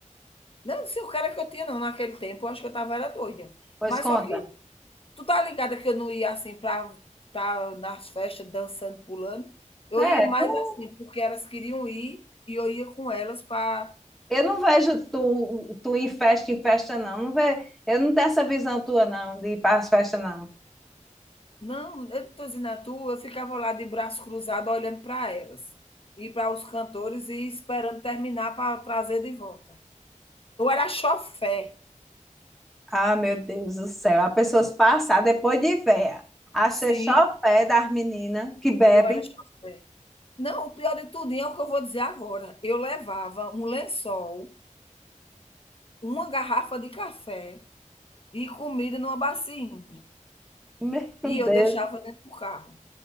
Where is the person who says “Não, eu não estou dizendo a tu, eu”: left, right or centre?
Left